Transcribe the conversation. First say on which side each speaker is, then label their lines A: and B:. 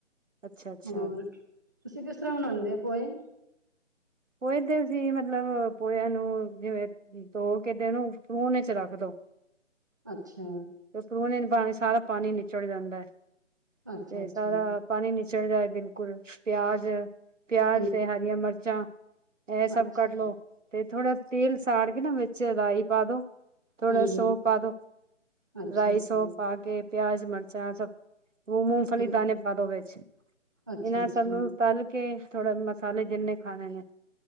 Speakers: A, on the right; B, on the right.
A: ਅੱਛਾ ਅੱਛਾ
B: ਹੋਰ ਤੁਸੀਂ ਕਿਸ ਤਰ੍ਹਾਂ ਮਨਾਉਂਦੇ ਪੋਏ
A: ਪੋਹੇ ਦੇਸੀ ਮਤਲਬ ਪੋਇਿਆਂ ਨੂੰ ਜਿਵੇਂ ਧੋ ਕੇ ਉਹਨੂੰ ਫਹ ਚ ਰੱਖ ਦੋ
B: ਅੱਛਾ।
A: ਤੇ ਪਰੁਣ ਚ ਪਾਣੀ ਸਾਰਾ ਪਾਣੀ ਨਿਚੜ ਜਾਂਦਾ
B: ਅੱਛਾ-ਅੱਛਾ,
A: ਤੇ ਸਾਰਾ ਪਾਣੀ ਨਿਚੜ ਜਾਏ ਬਿਲਕੁਲ ਪਿਆਜ, ਪਿਆਜ
B: ਹੂੰ,
A: ਤੇ ਹਰੀਆਂ ਮਿਰਚਾਂ ਇਹ ਸਭ
B: ਅੱਛਾ
A: ਕਡ ਲੋ ਤੇ ਥੋੜਾ ਤੇਲ ਸਾੜ ਕੇ ਨਾ ਵਿੱਚ ਰਾਈ ਪਾ ਦੋ ਥੋੜਾ
B: ਹਾਂਜੀ
A: ਸੌਫ ਪਾ ਦੋ
B: ਅੱਛਾ-ਅੱਛਾ,
A: ਰਾਈ ਸੌਫ ਪਾ ਕੇ ਪਿਆਜ ਮਿਰਚਾਂ ਸਭ ਮੂੰ ਮੂੰਗਫਲੀ
B: ਹੂੰ,
A: ਦਾਣੇੇ ਪਾ ਦੋ ਵਿੱਚ ਇਹਨਾਂ
B: ਅੱਛਾ-ਅੱਛਾ,
A: ਸਭ ਨੂੰ ਤੱਲ ਕੇ ਥੋੜੇ ਮਸਾਲੇ ਜਿੰਨੇ ਖਾਣੇ ਨੇ